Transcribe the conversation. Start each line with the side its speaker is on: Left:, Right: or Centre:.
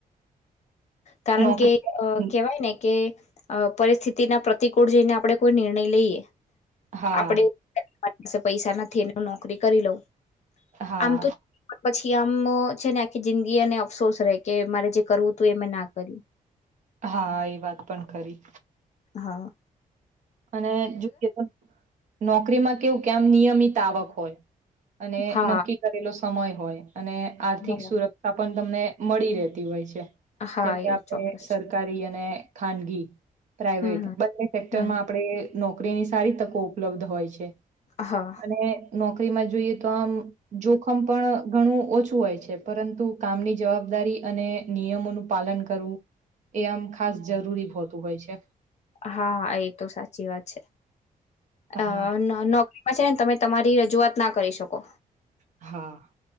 Left: કારણ
Right: નોકરી
Left: કે અ કેહેવાય ને કે અ પરિસ્થિતિના પ્રતિકૂળ જઈને આપણે કોઈ નિર્ણય લઈએ
Right: હા
Left: આપડે <inaudible> પૈસા નથી એને હું નોકરી કરી લઉં.
Right: હા.
Left: આમ તો પછી આમ અ છે ને આખી જિંદગીને અફસોસ રેય કે મારે જે કરવું હતું એ મેં ના કર્યું.
Right: હા, એ વાત પણ ખરી.
Left: હાં.
Right: અને જો કે તમ નોકરીમાં કેવું કે આમ નિયમિત આવક હોય. અને
Left: હતા
Right: નક્કી કરેલો સમય હોય અને આર્થિક
Left: હા
Right: સુરક્ષા પણ તમને મડી રે. તી હોય છે
Left: હા
Right: જેમકે
Left: એ
Right: આપણે
Left: ચોક્કસ
Right: સરકારી
Left: છે
Right: અને ખાનગી પ્રાઈવેટ
Left: હમ હમ
Right: બંને સેક્ટરમાં
Left: હમ
Right: એ નોકરીની સારી તકો ઉપલબ્ધ હોય છે.
Left: હા
Right: અને નોકરીમાં જોઈએ તો આમ જોખમ પણ ઘણું ઓછું હોય છે પરંતુ કામની જવાબદારી અને નિયમોનું પાલન કરવું એ આમ ખાસ જરૂરી ફોતું હોય છે.
Left: હા, એ તો સાચી વાત છે
Right: હા
Left: અ ન નો પછી હે ને તમે તમારી રજૂઆત ના કરી શકો.
Right: હા.